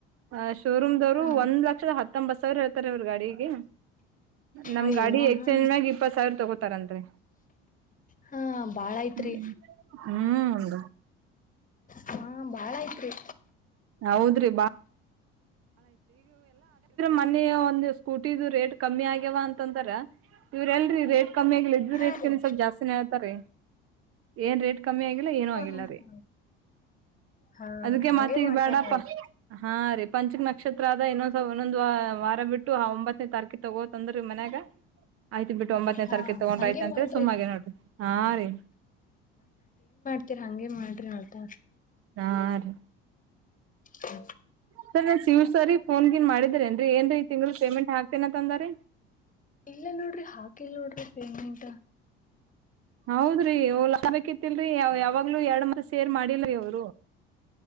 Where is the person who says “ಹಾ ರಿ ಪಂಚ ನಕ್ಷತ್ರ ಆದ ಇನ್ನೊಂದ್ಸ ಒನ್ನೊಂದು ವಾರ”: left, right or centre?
Right